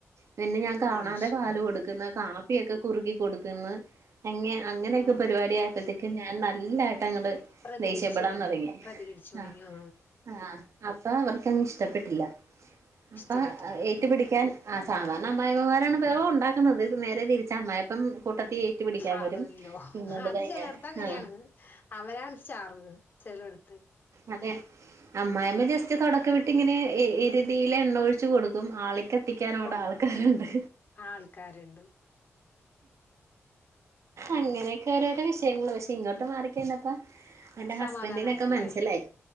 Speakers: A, on the right; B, on the left.
A: പിന്നെ ഞാ കാണാതെ
B: വാശി
A: പാൽ കൊടുക്കുന്ന് കാപ്പിയൊക്കെ കുറുകി കൊടുക്കുന്ന് എങ്ങെ അങ്ങനെക്കെ
B: ആ
A: പരിപാട്യായപ്പഴത്തേക്ക് ഞാൻ നല്ലായിട്ടങ്ങട്
B: പ്രതികരിച്ചു
A: ദേഷ്യപ്പെടാൻ
B: തുടങ്ങി
A: തൊട്ങ്ങി
B: പ്രതികരിച്ചു തുടങ്ങി
A: ആഹ്
B: ആ
A: ആഹ് അപ്പവർക്കങ്ങ് ഇഷ്ടപ്പെട്ടില്ല അപ്പം
B: ഇഷ്ടപ്പെട്ടില്ല
A: ഏറ്റുപിടിക്കാൻ ആ സാധാരണ അമ്മായമ്മമാരാണ് ഇപ്പോ ഉണ്ടാക്കുന്നത് നേരെ തിരിച്ച അമ്മായിപ്പം കൂട്ടത്തി പിടിക്കാൻ
B: ഫാദറിലോ
A: വരും പിന്നെത്
B: അത്
A: കയ്ഞ്ഞ
B: ചിലയിടത്ത് അങ്ങനെയാണ്
A: ആ
B: അവരാണ് സ്റ്റാർ ചിലയിടത്ത്
A: അതെ അമ്മായിമ്മ ജസ്റ്റ് തോടക്കം വിട്ട് ഇങ്ങനെ ഇരുതീയിൽ എണ്ണ ഒഴിച്ചു കൊടുക്കും ആള ക്കെ എത്തിക്കാനവിടെ
B: കൊടുക്കും
A: ആൾക്കാരുണ്ട്
B: ആൾക്കാരുണ്ട്
A: അങ്ങനെയൊക്കെ ഓരോരോ വിഷയങ്ങള് പക്ഷെ ഇങ്ങോട്ട് മാറിക്കയ്ഞപ്പ എന്റെ ഹസ്ബന്റിനൊക്കെ
B: സമാധാനായല്ലേ
A: മനസ്സിലായി